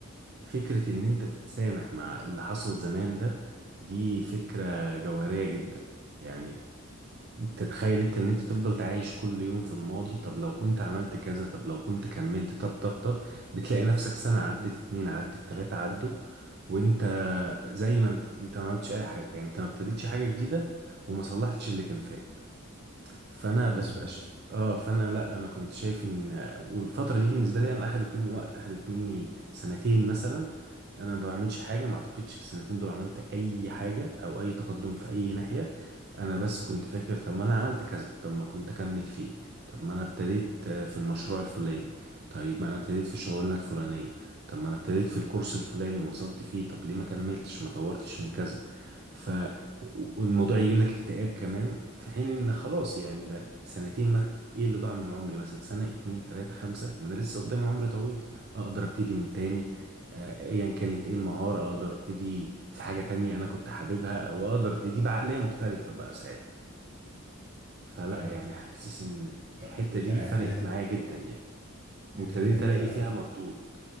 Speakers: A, on the right; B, on the right.
A: فكرة إن أنت تتسامح مع اللي حصل زمان ده دي فكرة جوهرية جدا يعني أنت تخيل أنت إن أنت تفضل تعايش كل يوم في الماضي طب لو كنت عملت كذا طب لو كنت كملت طب طب طب بتلاقي نفسك سنة عدت اتنين عدت تلاتة عدوا وأنت زي ما أنت أنت ما عملتش أي حاجة يعني أنت ما ابتديتش حاجة جديدة وما صلحتش اللي كان فات فانا
B: مظبوط
A: بتبقاش اه فانا لا انا كنت شايف ان والفتره دي بالنسبه لي انا اخدت مني وقت اخدت مني سنتين مثلا انا ما بعملش حاجه ما اعتقدش في السنتين دول عملت اي حاجه او اي تقدم في اي ناحيه انا بس كنت فاكر طب ما انا عملت كذا طب ما كنت اكمل فيه طب ما انا ابتديت آه، في المشروع الفلاني طيب ما انا ابتديت في الشغلانه الفلانيه طب ما انا ابتديت في الكورس الفلاني ووصلت فيه طب ليه ما كملتش ما طورتش من كذا ف والموضوع يجيب لك اكتئاب كمان في حين ان خلاص يعني ده سنتين ما ايه اللي ضاع من عمري مثلا سنة اتنين تلاتة خمسة ما انا لسه قدامي عمري طويل اقدر ابتدي من تاني آه، ايا كانت ايه المهارة اقدر ابتدي في حاجة تانية انا كنت حاببها او اقدر ابتدي بعقلية مختلفة بقى ساعتها فلا
B: فاهمك
A: يعني حاسس ان
B: فاهمك
A: الحتة دي
B: يعني
A: فرقت
B: انا
A: معايا جدا يعني
B: من
A: وابتديت
B: اللي انت
A: الاقي فيها مردود